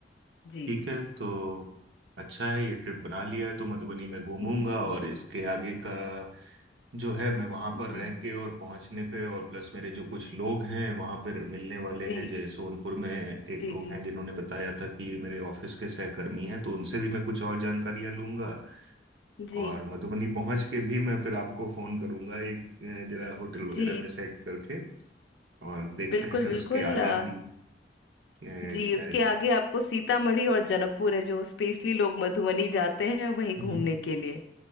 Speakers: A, on the left (about 70°); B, on the right (about 80°).
A: जी
B: ठीक है तो अच्छा है ये ट्रिप बना लिया है तो मधुबनी में घूमूंगा
A: जी जी
B: और इसके आगे का जो है मैं वहां
A: जी
B: पर रह के और पहुंचने पे और प्लस मेरे जो कुछ लोग हैं वहां पर मिलने वाले
A: जी
B: हैं जैसे सोनपुर में एक
A: जी
B: लोग हैं जिन्होंने बताया था कि ये मेरे ऑफिस के सहकर्मी हैं तो उनसे भी मैं कुछ और जानकारियां लूंगा
A: जी
B: और मधुबनी पहुंच के भी मैं फिर आपको फोन करूंगा एक अ, जरा होटल वगैरह
A: जी
B: में सेट करके और देखते
A: बिल्कुल
B: हैं फिर
A: बिल्कुल
B: उसके आगे
A: अ,
B: की अ, क्या
A: जी उसके
B: इस
A: आगे आपको सीतामढ़ी और जनकपुर है जो स्पेशली लोग मधुबनी जाते हैं वहीं
B: हम्म।
A: घूमने के लिए